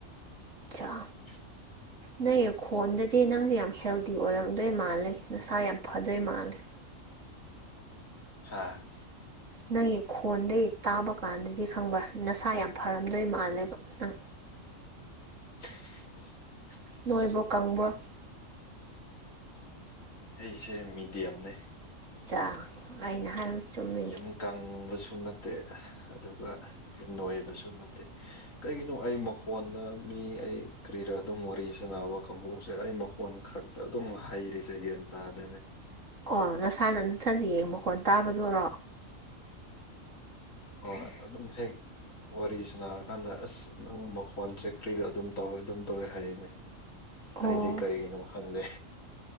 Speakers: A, on the right; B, on the left.
A: ꯆꯥ
B: <inaudible>
A: ꯅꯪꯒꯤ ꯈꯣꯟꯗꯗꯤ ꯅꯪꯁꯤ ꯌꯥꯝ ꯍꯦꯜꯗꯤ ꯑꯣꯏꯔꯝꯗꯣꯏ ꯃꯥꯜꯂꯦ ꯅꯁꯥ ꯌꯥꯝ ꯐꯗꯣꯏ ꯃꯥꯜꯂꯦ
B: ꯍꯥꯥ
A: ꯅꯪꯒꯤ ꯈꯣꯟꯗꯒꯤ ꯇꯥꯕ ꯀꯥꯟꯗꯗꯤ ꯈꯪꯕ꯭ꯔꯥ ꯅꯁꯥ ꯌꯥꯝ ꯐꯔꯝꯗꯣꯏ ꯃꯥꯜꯂꯦꯕ ꯅꯪ
B: <unintelligible>
A: ꯅꯣꯏꯕ꯭ꯔꯣ ꯀꯪꯕ꯭ꯔꯣ
B: ꯑꯩꯁꯦ ꯃꯤꯗꯤꯌꯝꯅꯦ
A: ꯆꯥ ꯑꯩꯅ ꯍꯥꯏꯕ ꯆꯨꯝꯃꯤꯅꯦ
B: ꯌꯥꯝ ꯀꯪꯕꯁꯨ ꯅꯠꯇꯦ ꯑꯗꯨꯒ ꯅꯣꯏꯕꯁꯨ ꯅꯠꯇꯦ ꯀꯩꯒꯤꯅꯣ ꯑꯩ ꯃꯈꯣꯟꯗ ꯃꯤ ꯑꯩ ꯀꯔꯤꯔ ꯑꯗꯨꯝ ꯋꯥꯔꯤ ꯁꯥꯟꯅꯕ ꯀꯥꯡꯕꯨꯁꯦ ꯑꯩ ꯃꯈꯣꯟ ꯈꯛ ꯑꯗꯨꯝ ꯍꯩꯔꯤꯁꯦ ꯒ꯭ꯌꯥꯟ ꯇꯥꯗꯦꯅꯦ
A: ꯑꯣ ꯅꯁꯥꯅ ꯅꯊꯟꯗꯤ ꯌꯦꯡ ꯃꯈꯣꯟ ꯇꯥꯕꯗꯨꯔꯣ
B: ꯍꯣꯏ ꯑꯗꯨꯝ ꯍꯦꯛ ꯋꯥꯔꯤ ꯁꯥꯥꯟꯅꯔꯀꯥꯟꯗ ꯑꯁ ꯅꯪ ꯃꯈꯣꯟ <unintelligible> ꯀ꯭ꯔꯤꯔꯣ ꯑꯗꯨꯝ ꯇꯧꯋꯦ ꯑꯗꯨꯝ ꯇꯧꯋꯦ ꯍꯥꯏꯌꯦꯅꯦ
A: ꯑꯣ
B: ꯑꯩꯗꯤ ꯀꯩꯒꯤꯅꯣ ꯈꯪꯗꯦ